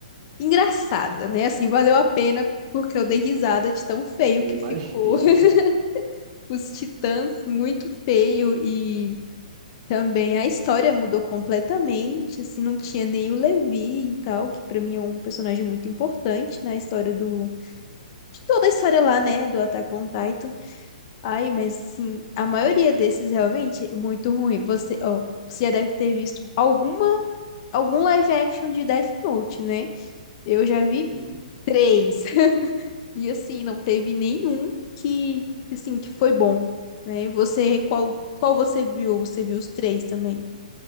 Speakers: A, on the left (about 40°); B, on the right (about 45°).
A: engraçada, né? Assim, valeu a pena, porque eu dei risada de tão feio
B: Eu
A: que
B: imagino.
A: ficou. <laughs> Os titãs, muito feio e. Também a história mudou completamente, assim, não tinha nem o Levi e tal, que pra mim é um personagem muito importante na história do... De toda a história lá, né, do Attack on Titan. Ai, mas, assim, a maioria desses realmente é muito ruim. Você, ó, você já deve ter visto alguma, algum live action de Death Note, né? Eu já vi
B: <laughs> Sim.
A: três. <laughs> E, assim, não teve nenhum que, assim, que foi bom, né? Você, qual, qual você viu? Você viu os três também?